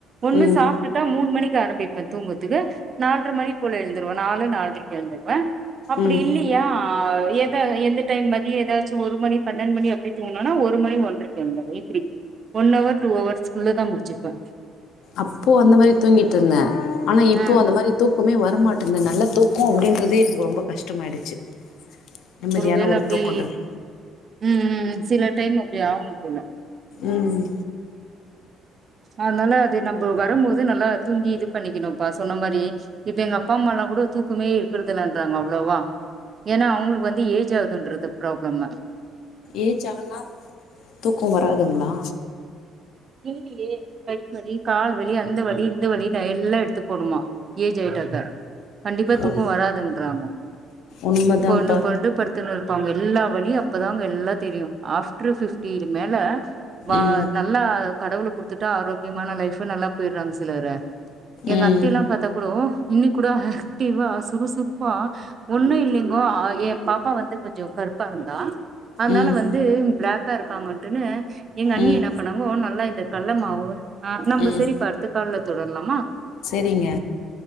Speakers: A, on the right; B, on the left.
A: ஒன்னு
B: ம்.
A: சாப்ட்டுட்டா மூணு மணிக்கு ஆரம்பிப் ப தூங்கத்துக்கு நால்ர மணி போல எழுந்துருவ நாலு நால்ரைக்கு எழுந்துருவ அப்டி
B: ம்.
A: இல்லியா ஆ எத எந்த டைம் மதிய ஏதாச்சு ஒரு மணி பன்னெண்டு மணி அப்டி தூங்கணேன்னா ஒரு மணி ஒன்றைக் எந்துருவ இப்படி ஒன்னவர் டூ ஹவர்ஸ்குள்ளதா முடிச்சுப்ப
B: அப்போ அந்த மாரி தூங்கிட்டு இருந்த ஆனா இப்போ
A: ஆ
B: அந்த மாரி தூக்கமே வரமாட்டேன்து நல்ல தூக்கோ அப்டின்றதே எனக்கு ரொம்ப கஷ்டமாயிடுச்சு நிம்மதியான
A: வேள
B: ஒரு
A: அப்டி
B: தூக்கன்றது
A: ம் ம் சில டைம் அப்டி ஆவும் போல
B: ம்
A: அதனால அது நம்ப வரம்போது நல்லா தூங்கி இது பண்ணிக்கணும்ப்பா சொன்ன மாரி இப்ப எங்க அப்பா அம்மால்லா கூட தூக்கமே ங்கிறதுலன்றாங்க அவ்ளவா ஏன்னா அவுங்களுக்கு வந்து ஏஜ் ஆகுதுன்றது ப்ராப்ளம்தா
B: ஏஜ் ஆனா தூக்க வராதுங்களா
A: இல்லியே கை வலி கால் வலி அந்த வலி இந்த வலி நா எல்லா எடுத்து போணுமா ஏஜ் ஆயிட்டாதா கண்டிப்பா தூக்க
B: உண்
A: வராதுன்றாங்கோ
B: உண்மைதான்ப்பா
A: பொரண்டு பொரண்டு படுத்துன்னு ப்பாங்க எல்லா வலியு அப்பதாங்க எல்லா தெரியு ஆஃப்டர் ஃபிஃப்டிக்கு மேல வ
B: ம்
A: நல்லா கடவுள குடுத்துட்டா ஆரோக்கியமான லைஃபு நல்லா போயிர்றாங்க சிலரு எங்க
B: ம்
A: அத்தைையெல்லா பாத்தா கூடோ இன்னிக் கூட ஆக்டிவா சுறுசுறுப்பா ஒன்னு இல்லிங்கோ ஏ பாப்பா வந்து கொஞ்ச கருப்பா இருந்தா அதனால
B: ம்
A: வந்து பிளாக்கா இருக்காங்கட்டுன்னு எங்க அண்ணி
B: ம்
A: என்ன பண்ணாங்கோ நல்லா இந்த கல்ல மாவு ஆ நம்ப
B: ம்
A: செரி பார்த்து கல்ல தொடர்லாமா
B: சரிங்க